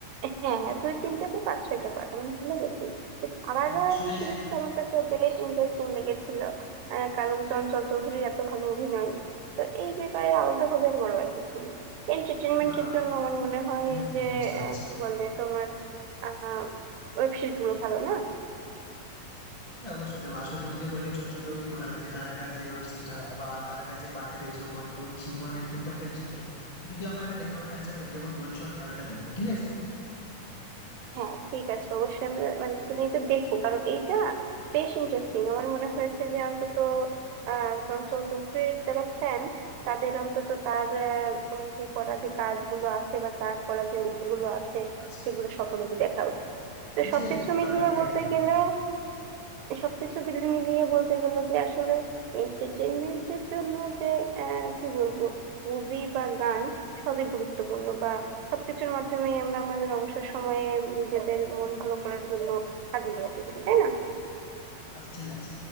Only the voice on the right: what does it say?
হ্যাঁ দুই তিনটা কি পাঁচ ছয়টা পার্ট আমি ভুলে গেছি তো কারাগার
সিরিজটা আমার কাছে বেশ ইন্টারেস্টিং লেগেছিল আহ, কারণ চঞ্চল চৌধুরীর এত ভালো অভিনয় তো এই ব্যাপারে আলাদা ভাবে আর বড় আর কিছু নেই এন্টারটেনমেন্টের
জন্য আমার মনে হয়
যে
আহ, কি বলে তোমার আহ ওয়েব সিরিজ গুলো ভালো না
হ্যাঁ ঠিক আছে অবশ্যই আমরা মানে তুমি এটা দেখো কারণ এইটা বেশ ইন্টারেস্টিং আমার মনে হয়েছে যে অন্তত আহ চঞ্চল চৌধুরীর যারা ফ্যান তাদের অন্তত তার আহ, উম, যে করা যে কাজগুলো আছে বা তার করা যে গুলো আছে
সেগুলো সকলেরই দেখা উচিত তো
সবকিছু
মিলিয়ে
বলতে
গেলে
সবকিছু মিল- মিলিয়ে বলতে গেলে যে আসলে এন্টারটেনমেন্টের জন্য যে আহ, কি বলবো মুভি বা গান সবই গুরুত্বপূর্ণ বা সবকিছুর মাধ্যমেই আমরা আমাদের অবসর সময়ে নিজেদের মন ভালো করার জন্য কাজে লাগাতে পারি তাই না